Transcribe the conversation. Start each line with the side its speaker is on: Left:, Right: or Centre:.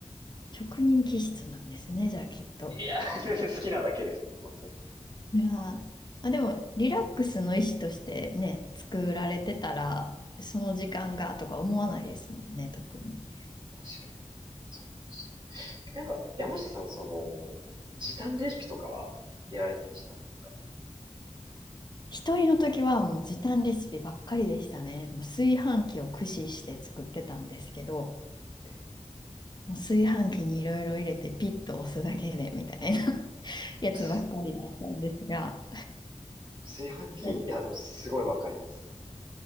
Left: 職人気質なんですね、じゃあきっと。
Right: いやー、全然好きなだけです。本当に。
Left: いやー、あ、でも、リラックスの意思としてね、作られてたら、その時間がとか思わないですもんね、特に。
Right: 確かに。そうですなんか、山下さん、その、時短レシピとかはやられたりしたんですかその、
Left: 一人の時はもう時短レシピばっかりでしたね。もう炊飯器を駆使して作ってたんですけど、
Right: え、
Left: もう炊飯器にいろいろ入れてピッと押すだけでみたいな <laughs> やつばっかりだったんですが。
Right: す炊飯器、
Left: え
Right: いや、でもすごいわかります。